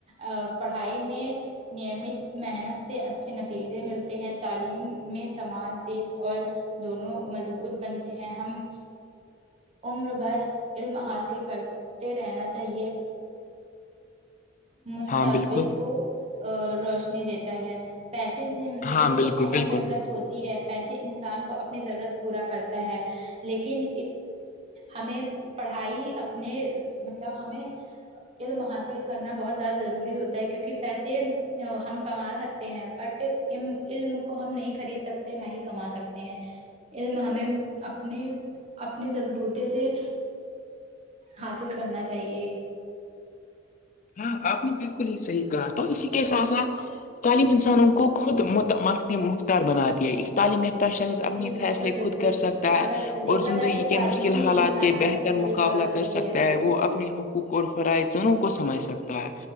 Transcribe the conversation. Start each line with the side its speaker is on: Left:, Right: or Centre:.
Right: ا پڑھائی میں نیمت محنت سے اچھے نتیجے ملتے ہیں تعلیم میں سماج دیس اور دونوں مضبوط بنتے ہیں ہم عمر بھر علم حاصل کرتے رہنا چاہیے مستقبل
Left: ہاں بالکل
Right: کو روشنی دیتا ہے پیسے زندگی
Left: ہاں
Right: کی
Left: بالکل
Right: اہم
Left: بالکل
Right: ضرورت ہوتی ہے پیسے انسان کو اپنی ضرورت پورا کرتا ہے لیکن ہمیں پڑھائی اپنے مطلب ہمیں علم حاصل کرنا بہت زیادہ ضروری ہوتا ہے کیونکہ پیسے ہم کما سکتے ہیں بٹ علم کو ہم نہیں خرید سکتے نہ ہی کما سکتے ہیں اس میں ہمیں اپنے اپنے بوتے سے حاصل کرنا چاہیے
Left: ہاں آپ نے بالکل ہی صحیح کہا تو اسی کے ساتھ ساتھ تعلیم انسانوں کو خود مت مخنے مختار بنا دیا تعلیم یافتہ شخص اپنی
Right: جی بالکل
Left: فیصلے
Right: بالکل
Left: خود کر سکتا ہے
Right: اگر دیکھا
Left: اور زندگی
Right: جائے تو تعلیم
Left: کے مشکل
Right: ہی
Left: حالات
Right: انسان
Left: کے
Right: کی
Left: بہتر
Right: سب سے بڑی
Left: مقابلہ
Right: دولت
Left: کر
Right: ہوتی
Left: سکتا ہے وہ اپنے حقوق اور فرائض دونوں کو سمجھ سکتا ہے